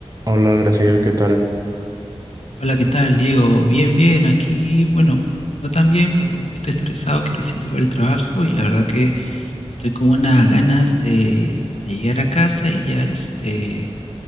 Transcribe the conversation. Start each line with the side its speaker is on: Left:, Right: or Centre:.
Right: Hola, Graciel, ¿qué tal?
Left: Hola, ¿qué tal, Diego? Bien, bien, aquí, bueno, no tan bien porque un poquito estresado que recién llegó el trabajo y la verdad que estoy con unas ganas de, de llegar a casa y ya este,